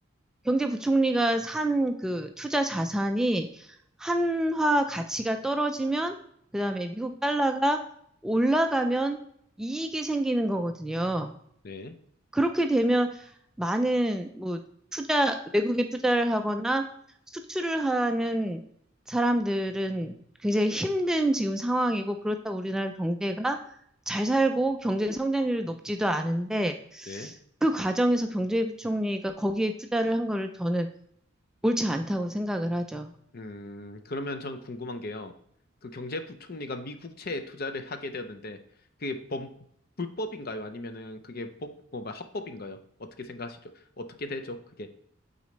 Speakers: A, in the centre; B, on the left (about 50°).
A: 경제부총리가 산 그 투자 자산이 한화 가치가 떨어지면 그다음에 미국 달러가 올라가면 이익이 생기는 거거든요.
B: 네,
A: 그렇게 되면 많은 뭐 투자 외국에 투자를 하거나 수출을 하는 사람들은 굉장히 힘든 지금 상황이고 그렇다고 우리나라 경제가 잘 살고 경제 성장률이 높지도 않은데
B: 네.
A: 그 과정에서 경제부총리가 거기에 투자를 한 거를 저는 옳지 않다고 생각을 하죠.
B: 음, 그러면 전 궁금한 게요. 그 경제부총리가 미국채에 투자를 하게 되었는데, 그게 범, 불법인가요? 아니면은 그게 법, 뭐, 뭐 합법인가요? 어떻게 생각하시죠? 어떻게 되죠? 그게.